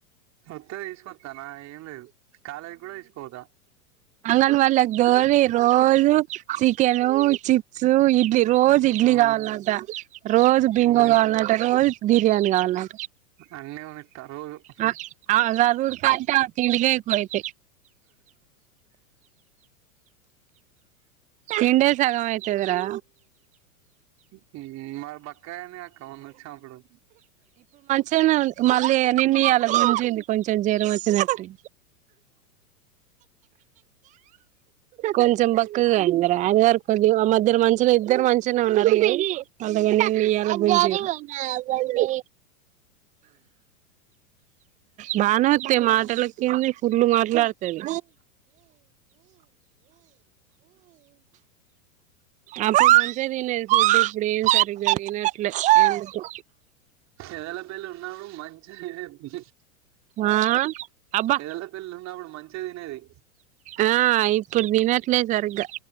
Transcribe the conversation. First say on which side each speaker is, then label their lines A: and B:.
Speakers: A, on the right; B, on the right.
A: వత్తే తీసుకొత్తా నా ఏం లేదు, కాలేజీ గుడ తీస్కోపోతా
B: అంగన్ వాడిల దోలి రోజు చికెను, చిప్సు, ఇడ్లీ రోజు ఇడ్లీ
A: ఆ
B: కావాలంట, రోజు బింగో
A: మ్మ్
B: కావాలంట, రోజు బిర్యానీ కావాలం
A: అన్నీ కొనిత్తారు రోజు
B: అ ఆమ సదువుడు కంటె ఆమె తిండికే ఎక్కువైతయ్ తిండే సగం అయితదిరా
A: ఉమ్ మరి బక్కగ అయిందిగ అక్క మొన్న వచ్చినప్పుడు
B: చిగనే ఉం మళ్ళీ నిన్న ఇయ్యాల గుంజింది కొంచెం జెరం వచ్చినట్టై కొంచెం బక్కగా అయిందిర అది వరకు కొంచం మధ్యల మంచిగ ఇద్దరు మంచిగనే ఉన్నారు పండగైన మీ అన్న గుంజిని బానే వత్తయి మాటలకేంది ఫుల్లు మాట్లాడతది అప్పుడు మంచిగ తినేది ఫుడ్ ఇప్పుడేమి సరిగ్గా తినట్లే అందుకు
A: ఎదల పెళ్లి ఉన్నప్పుడు మంచిగ తినేది
B: ఆ అబ్బా
A: ఎదలా పెళ్ళి ఉన్నప్పుడు మంచిగ తినేది
B: ఆ ఇప్పుడు తినట్లే సరిగ్గా